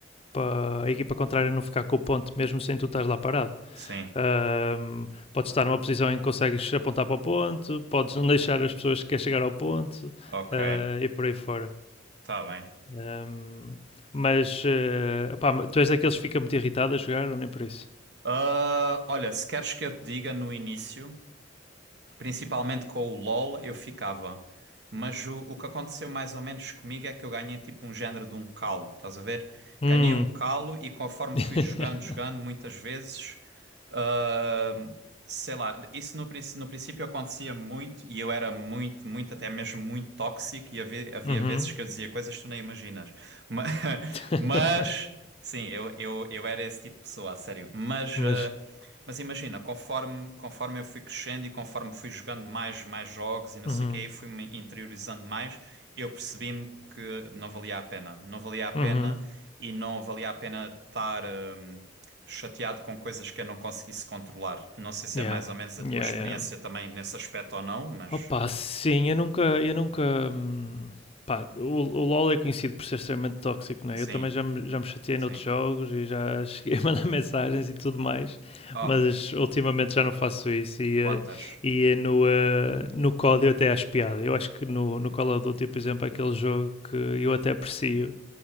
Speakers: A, on the left; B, on the right.
A: para a equipa contrária não ficar com o ponto, mesmo sem tu estás lá parado.
B: sim.
A: Ahm, podes estar numa posição em que consegues apontar para o ponto, podes não deixar as pessoas que querem chegar ao ponto,
B: Ok,
A: ah, e por aí fora.
B: tá bem.
A: Ahm, mas, eh, opá, tu és daqueles que fica muito irritado a jogar ou nem por isso?
B: Ah, olha, se queres que eu te diga no início. principalmente com o LoL, eu ficava. Mas o, o que aconteceu mais ou menos comigo é que eu ganhei tipo um género de um calo, estás a ver?
A: Hum.
B: Ganhei um calo e conforme
A: <laughs>
B: fui jogando, jogando, muitas vezes, ah, sei lá, isso no, princ- no princípio acontecia muito e eu era muito, muito, até mesmo muito tóxico e havia, havia
A: Uhum.
B: vezes que eu dizia coisas que tu nem imaginas. Ma- <laughs>
A: <laughs>
B: Mas, sim, eu, eu, eu era esse tipo de pessoa, a sério. Mas.
A: Mas,
B: ah, mas imagina, conforme, conforme eu fui crescendo e conforme fui jogando mais, mais jogos e não
A: uhum.
B: sei o quê, e fui-me interiorizando mais, eu percebi-me que não valia a pena. Não valia a pena
A: Uhum.
B: e não valia a pena estar hum, chateado com coisas que eu não conseguisse controlar. Não sei se
A: Yeah.
B: é mais ou menos a
A: Yeah,
B: tua experiência
A: yeah.
B: também nesse aspecto ou não, mas
A: Opa, sim, eu nunca, eu nunca, hum, pá, o, o LoL é conhecido por ser extremamente tóxico, né?
B: sim,
A: Eu também já me, já me chateei
B: sim.
A: noutros jogos e já <laughs> cheguei a mandar mensagens e tudo mais,
B: Oh,
A: mas ultimamente já não faço isso e,
B: quantas?
A: eh, e eh, no, eh, no código até acho piada. Eu acho que no, no Call of Duty, por exemplo, é aquele jogo que eu até aprecio,